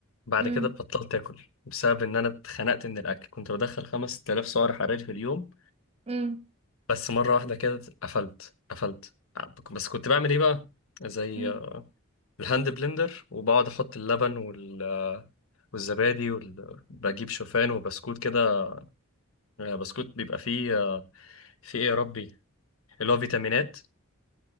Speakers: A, on the left; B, on the right.
A: بعد
B: امم
A: كده بطلت اكل بسبب ان انا اتخنقت من الاكل كنت بدخل 5000 سعر حراري في اليوم
B: امم
A: بس مره واحده كده قفلت قفلت بس كنت بعمل ايه بقى زي
B: امم
A: الهاند بلندر وبقعد احط اللبن وال- والزبادي وال... بجيب شوفان وبسكوت كده بسكوت بيبقى فيه فيه ايه يا ربي اللي هو فيتامينات